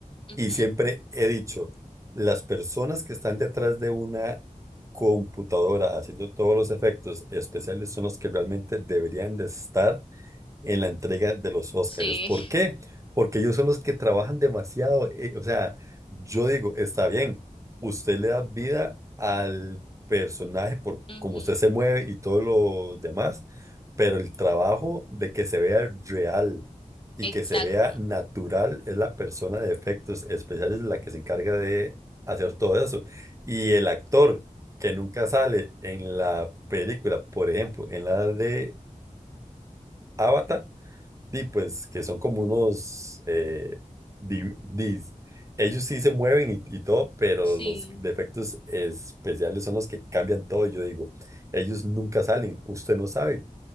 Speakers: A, on the left; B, on the right.
A: Ujú,
B: Y siempre he dicho, las personas que están detrás de una computadora haciendo todos los efectos especiales son los que realmente deberían de estar en la entrega de los Óscares.
A: Sí,
B: ¿Por qué? Porque ellos son los que trabajan demasiado. eh, o sea, yo digo, está bien, usted le da vida al personaje por
A: <laughs> ujú,
B: cómo usted se mueve y todo lo demás, pero el trabajo de que se vea real y
A: exacto,
B: que se vea natural es la persona de efectos especiales la que se encarga de hacer todo eso. Y el actor que nunca sale en la película, por ejemplo, en la de Avatar, Sí, pues que son como unos... eh, di- dis- ellos sí se mueven y, y todo, pero
A: sí.
B: los defectos especiales son los que cambian todo. Y yo digo, ellos nunca salen. Usted no sabe